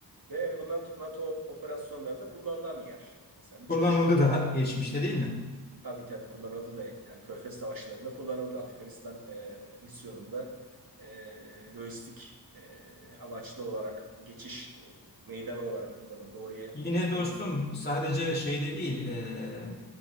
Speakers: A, on the right; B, on the left.
A: Ve bu NATO, NATO operasyonlarında kullanılan bir yer. Mesela birçok
B: Kullanıldı
A: şeyde
B: da geçmişte değil mi?
A: tabii tabii kullanıldı da yani Körfez savaşlarında kullanıldı. Afganistan e, misyonunda e, lojistik e, amaçlı olarak geçiş meydanı olarak kullanıldı. Oraya
B: Yine
A: gemi
B: dostum sadece şeyde değil e,